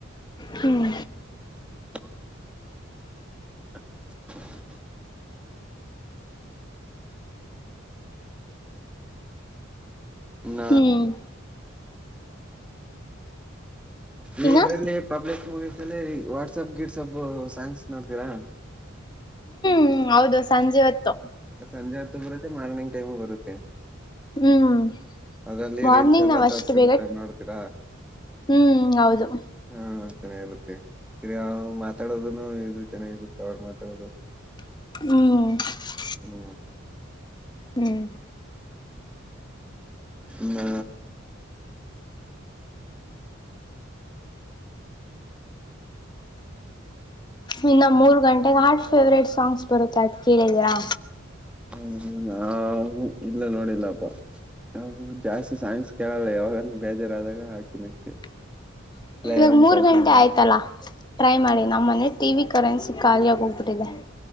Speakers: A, on the left; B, in the centre.
A: ಹ್ಮ್
B: ಹ್ಮ <unintelligible> ಇನ್ನ
A: ಹ್ಮ್
B: ಇದ್ರಲ್ಲಿ
A: ಇನ್ನ
B: ಪಬ್ಲಿಕ್ ಮೂವೀಸ್ ಅಲ್ಲಿ ವಾಟ್ಸಪ್ ಗಿಡ್ಸ್ಪ್ ಸಾಂಗ್ಸ್ ನೋಡ್ತೀರಾ
A: ಹ್ಮ್ ಹೌದು ಸಂಜೆ ಹೊತ್ತು
B: ಸಂಜೆ ಹೊಗ್ತಬರುತ್ತ ಮಾರ್ನಿಂಗ ೈಮ್ ಬರುತ್ತೆ
A: ಹ್ಮ್
B: ಅದ್ರಲ್ಲಿ
A: ಮಾರ್ನಿಂಗ್
B: ರೀಲ್ಸ್ ಎಲ್ಲಾ
A: ನಾವ್ ಅಷ್ಟು
B: ತೋರ್ಸಿರುತ್ತೆ
A: ಬೇಗ
B: ನೋಡ್ತೀರಾ
A: ಹ್ಮ್ ಹೌದು
B: ಹಾ ಚೆನ್ನಾಗಿರುತ್ತೆ ಹಿರಿಯ ಮಾತಾಡೋದನು ಇದು ಚೆನ್ನಾಗಿರುತ್ತೆ ಅವ್ರ ಮಾತಾಡೋದು
A: ಹ್ಮ್
B: ಹ್ಮ್
A: ಹ್ಮ್
B: ಮ್ಮ
A: ಇನ್ನು ಮೂರು ಗಂಟೆಗೆ ಹಾರಟ್ ಫೇವ್ರೇಟ್ ಸಾಂಗ್ಸ್ ಬರುತ್ತೆ ಅ್ ಕೇಳಿದಿರಾ
B: ಹ್ಮ ನಾ ಇಲ್ಲ ನೋಡಿಲ್ಲಪ್ಪ ನಾ ಜಾಸ್ತಿ ಸೈನ್ಸ್ ಕೇಳಲ್ಲ ಯ ಅವ ಬೇಜಾರಾದಾಗ ಹಾಕ್ತೀನಿ ಅಷ್ಟೇ
A: <inaudible>
B: ಇಲ್ಲ
A: ಇವಾಗ
B: ಏನನ್
A: ಮೂರ್
B: ಕೆಲ್ಸ
A: ಗಂಟೆ
B: ಮಾಡಬೇಕ
A: ಆಯ್ತಲ್ಲಾ ಟ್ರೈ ಮಾಡಿ ನಮ್ಮ ಮನೆ ಟಿ ವಿ ಕರೆನ್ಸಿ ಖಾಲಿಯಾಗಿ ಹೋಗ್ಬಿು ದ <inaudible>